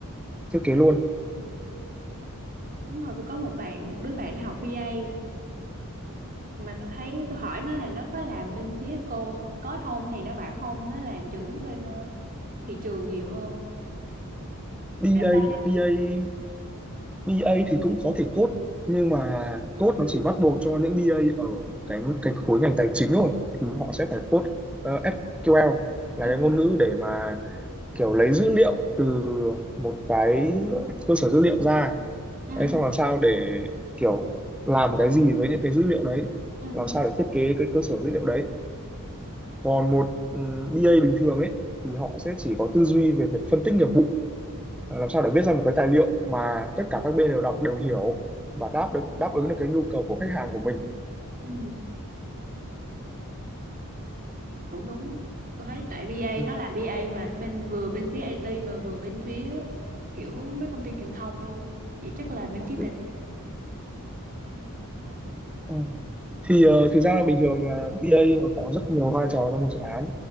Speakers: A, in the centre; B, on the right (about 40°).
A: thiết kế luôn
B: đúng rồi tôi có một bạn một đứa bạn nó học BA mà tôi thấy tôi hỏi nó là nó có làm bên phía cô có không thì nó bảo không nó làm chủ yếu bên ờ, thị trường nhiều hơn
A: BA
B: data
A: BA BA thì cũng có thể code nhưng mà code nó chỉ bắt buộc cho những BA ở cái cái khối ngành tài chính thôi thì họ
B: Ừ.
A: sẽ phải code ờ, SQL là
B: ừ
A: cái ngôn ngữ để mà kiểu lấy dữ liệu từ một cái cơ sở dữ liệu ra
B: ừ
A: đấy, xong làm sao để kiểu làm cái gì với những cái dữ liệu đấy
B: ừ
A: làm
B: ừ,
A: sao để thiết kế cái cơ sở dữ liệu đấy còn một ừm, BA bình thường ấy thì họ sẽ chỉ có tư duy về việc phân tích nghiệp vụ Ờ, làm sao để viết ra một cái tài liệu mà tất cả các bên đều đọc đều hiểu và đáp được đáp ứng được cái nhu cầu của khách hàng của mình
B: ừ. cũng đúng á tôi thấy tại BA
A: ừ.
B: nó làm BA mà bên vừa bên phía IT mà vừa bên phía kiểu mấy công ty truyền thông luôn vậy chắc là bên phía
A: đấy.
B: tệ
A: Ờ, thì ờ, thực ra bình thường là BA nó có rất nhiều vai trò trong một dự án